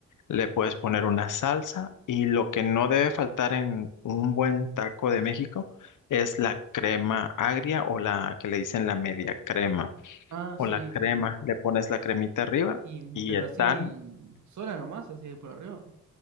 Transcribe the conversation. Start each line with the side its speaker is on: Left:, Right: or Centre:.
Left: le puedes poner una salsa y lo que no debe faltar en un buen taco de México es la crema agria o la que le dicen la media crema
Right: Ah,
Left: o
Right: sí,
Left: la crema.
Right: sí, sí.
Left: Le pones la cremita arriba
Right: Y,
Left: y
Right: pero
Left: están,
Right: así, sola nomás, así de por arriba.